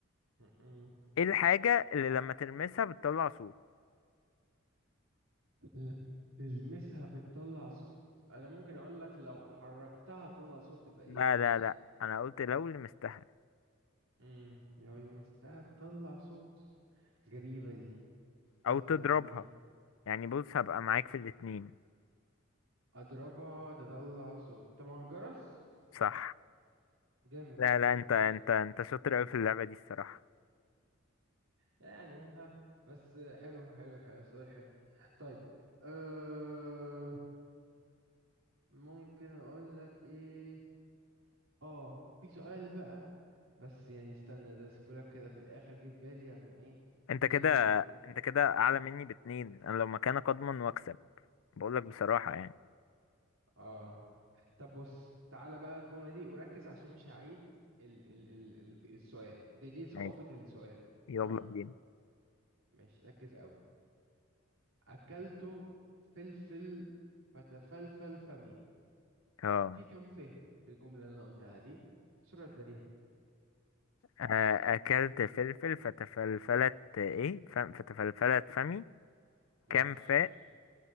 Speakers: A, on the right; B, on the left.
A: م-م.
B: ايه الحاجة اللي لما تلمسها بتطلع صوت
A: لما تلمسها بتطلع صوت انا ممكن اقول لك لو حركتها تطلع صوت تبقى ايه
B: لا
A: ماشي
B: لا لا انا قلت لو لمستها
A: امم لو لمستها تطلع صوت غريبة دي طيب
B: او تضربها
A: يعني
B: يعني بص هبقى معاك في الاتنين
A: أضربها تطلع صوت طبعا الجرس
B: صح
A: جامد
B: لا لا انت
A: جامد
B: انت انت شاطر اوي في اللعبة دي الصراحة
A: يعني ها بس حلو حلو حلو سؤال حلو طيب أه ممكن أقول لك إيه آه في سؤال بقى بس يعني استنى ده سيبولك كده في الآخر جه في بالي عشان إيه
B: انت
A: نقفل
B: كده
A: بيه
B: انت كده اعلى مني باتنين انا لو مكانك اضمن واكسب بقولك بصراحة يعني
A: اه طب بص تعالى بقى الجملة دي وركز عشان مش هعيد ال ال ال ال السؤال دي دي صعوبة
B: ماشي
A: السؤال
B: يلا
A: تمام
B: بينا
A: ماشي ركز قوي أكلت فلفل فتفلفل فمي
B: اه
A: في كم فيه في الجملة اللي أنا قلتها دي سرعة بديهة
B: آه، اكلت فلفل فتفلفلت ايه ف- فتفلفلت فمي
A: معرفش
B: كام فاء
A: مش...